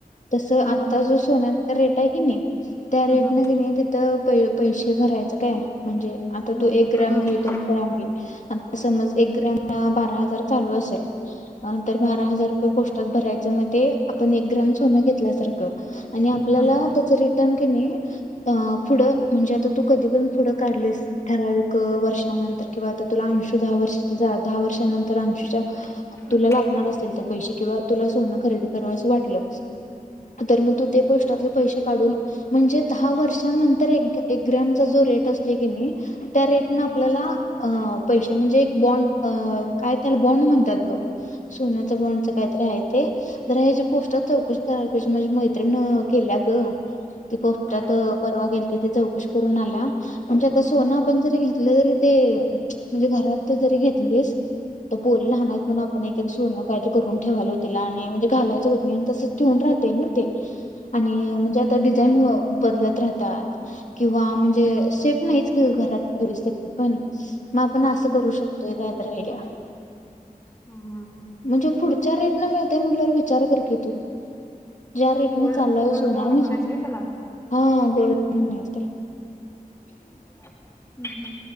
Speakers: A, on the left; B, on the left.
A: तस आत्ता
B: हम्म
A: जो सोन्याचा रेट आहे तो <unintelligible> त्या
B: हम्म
A: रेट न कनी तिथं प पैसे भरायचं काय? म्हणजे आता
B: हम्म
A: तू एक ग्रॅम
B: हम्म
A: घे दोन ग्रॅम घे. आता समज एक ग्रॅम ला बारा हजार चालू असेल अं तर बारा हजार रुपये पोस्टात भरायचं ते आपण एक ग्राम सोनं घेतल्यासारखं आणि आपल्याला
B: हम्म
A: त्याच रिटर्न की नही, अ पुढं, म्हणजे आता तू कधी पण पुढ काढलीस ठराविक वर्षानंतर किंवा आता तुला अशुं दहा वर्षांची दहा वर्षा त्यानंतर अंशुच्या
B: हम्म
A: तुला लागणार असेल तर पैसे किंवा तुला सोनं खरेदी करावसं वाटलं. तर मग तू ते पोस्टातल पैसे काढून म्हणजे दहा वर्षानंतर एकदा एक ग्राम चा जो रेट ते कनी त्या रेटन
B: हम्म
A: आपल्याला पैसे म्हणजे एक बॉन्ड अ काय त्याला बॉन्ड म्हणतात बघ. सोन्याच बोंडचं
B: हम्म
A: काहीतरी आहे ते तर ह्याचे पोस्टर चौकशी कराय मजे माझी मैत्रिण केल्याग ती पोस्टात
B: हम्म हम्म हम्म हम्म हम्म हम्म
A: परवा गेलती चौकशी करून आला. म्हणजे आता सोनं आपण जरी घेतलं तरी ते म्हणजे घरात जरी घेतलीस आ पोरी लहान आहेत. म्हण आपण एक एक सोनं काय तर करून ठेवातील आणि म्हणजे घालायचं होत नाही तसच ठेऊून राहते ना ते आणि म्हणजे आता <unintelligible> बदलत राहतात. किंवा म्हणजेे
B: हम्म
A: नाहीच घरात <unintelligible> पण म आपण असं
B: हम्म
A: करू शकतोय काय तर आयडीया
B: हम्म हम्म
A: म्हणजे पुढ ज्या रेट ना मिळते म्हटल्यावर विचार कर की तू ज्या रेटने
B: गोल्ड
A: चाललाव
B: गोल्ड
A: सोना
B: बॉन्ड म्हणायचंय त्याला
A: हा हा गोल्डन मिळते.
B: ह ह ह